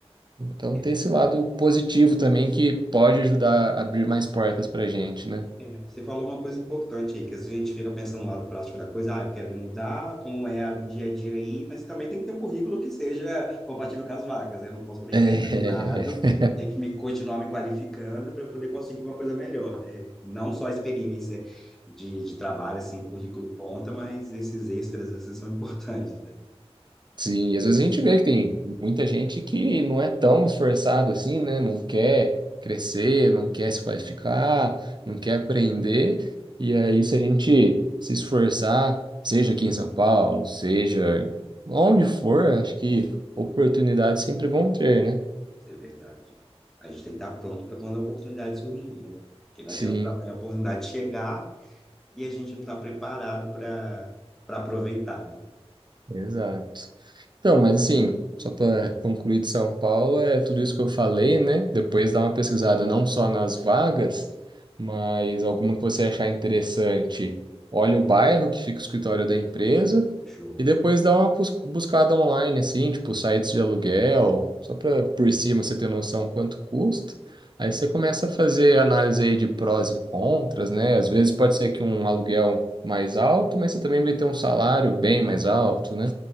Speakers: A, on the right; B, in the centre.
A: Então
B: é
A: tem esse
B: verdade.
A: lado positivo também que pode ajudar a abrir mais portas para a gente, né?
B: É, você falou uma coisa importante aí, que às vezes a gente fica pensando no lado prático da coisa, ah, eu quero me mudar, como é o dia a dia aí, mas também tem que ter um currículo que seja compatível com as vagas, né? eu não posso também
A: É,
B: ficar estagnado,
A: <laughs>
B: tem que me continuar me qualificando para eu poder conseguir uma coisa melhor, né? Não só a experiência de, de trabalho, assim, currículo conta, mas esses extras, assim, são importantes, né?
A: Sim, e às vezes a gente vê que tem muita gente que não é tão esforçado assim, né? Não quer crescer, não quer se qualificar, não quer aprender. E aí, se a gente se esforçar, seja aqui em São Paulo, seja onde for, acho que oportunidades sempre vão ter, né?
B: É verdade. A gente tem que estar pronto para quando a oportunidade surgir, né? Porque não
A: Sim,
B: adianta também a oportunidade chegar e a gente não está preparado para para aproveitar, né?
A: exato. Então, mas assim, só para concluir de São Paulo, é tudo isso que eu falei, né? Depois dá uma pesquisada não só nas vagas, mas alguma que você achar interessante. Olha o bairro que fica o escritório da empresa
B: Show.
A: e depois dá uma bus- buscada online, assim, tipo sites de aluguel, só para por cima você ter noção quanto custa. Aí você começa a fazer análise aí de prós e contras, né? Às vezes pode ser que um aluguel mais alto, mas você também vai ter um salário bem mais alto, né?